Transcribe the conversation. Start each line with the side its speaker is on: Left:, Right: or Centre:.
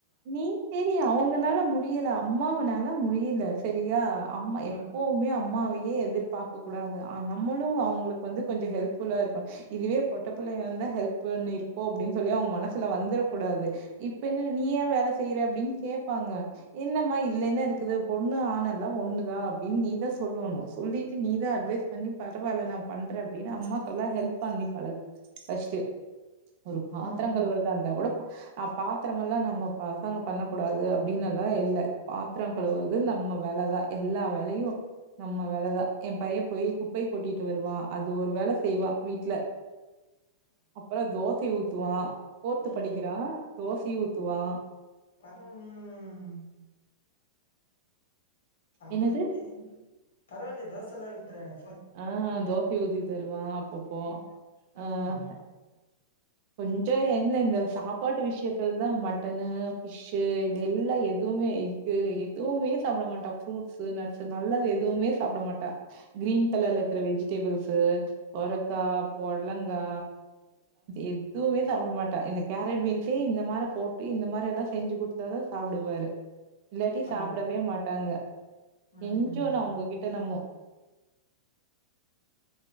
Right: நீ தெரி அவங்கநாள் முடி. முடியல அம்மாவனால முடியல செரியா. அம்மா எப்பவுமே
Left: ம்,
Right: அம்மா. எதையும் எதிர்பார்க்க கூடாத. நம்மளும் அவங்களுக்கு வந்து கொஞ்சோ ஹெல்ப். இல்ல அக்கா இதுவே பொட்ட புள்ளைங்களாருந்தா ஹெல்ப் பண்ணிருக்கு அப்படின்னு சொல்லி அவங்க மனசுல வந்துட கூடாது. இப்பன்னு நீயா வேல செய். செய்யற அப்படின்னு கேட்ப்பாங்க. என்னம்மா இதுல என்ன இருக்குது பொண்ணு ஆணல்லா ஒண்ணுதா அப்படின்னு நீதா சொல்லணு சொல்லிட்டு நீதா அட்வைஸ் பண்ணி பரவால்ல நா பண்ற அப்டின்னு அம்மாக்கெல்லா ஹெல்ப் பண்ணி பழகு ஃபஸ்ட்டு. ஒரு பாத்திரங்களுவரதா
Left: ம்,
Right: இருந்தா கூடா. <unintelligible> ஆஹ பாத்திரமெல்லா நம்ம பசங்க பண்ண கூடாது அப்படின்னு எல்லா இல்ல. பாத்திரம் கழுவுறது நம்ம வேலதா எல்லா வேலயு நம்ம வேலதா எம் பைய போய் குப்பய கொட்டிட்டு வருவா அது ஒரு வே செய்வா வீட்டுல. அப்புறோ தோசை ஊத். துவா. போர்து
Left: ம்,
Right: படிக்கிறா. தோசை ஊத்துவா.
Left: பரம்ம்ம். நம்முளுக்கின்.
Right: என்னது
Left: பரவாயில்லை தோச எல்லாம் ஊத்திரால
Right: ஆஹ் தோசை ஊத்தி தருவேன் அப்பப்போ
Left: ம். ம்
Right: ஆஹ் கொஞ்சோ என்ன இந்த சாப்பாட்டு விஷயத்துல தான் மட்டன்னு ஃபிஷ் இது எல்லாம் எதுவுமே எஃகு எதுவுமே சாப்பிட மாட்டா ஃப்ரூட்ஸ் நட்ஸ் நல்லது எதுவுமே சாப்பிட மாட்டா கிரீன் <unintelligible> <unintelligible> சுரக்கா புடலங்கா எதுவுமே சாப்பிட மாட்ட இந்த கேரட் பீன்ஸே இந்த மாதிரி போட்டு இந்த மாதிரி எல்லாம் செஞ்ச குடுத்தா தா சாப்பிடுவாரு இல்லாட்டி சாப்பிடவே
Left: ஆ
Right: மாட்டாங்க
Left: ம்
Right: கெஞ்சோணும் உங்ககிட்ட நம்ம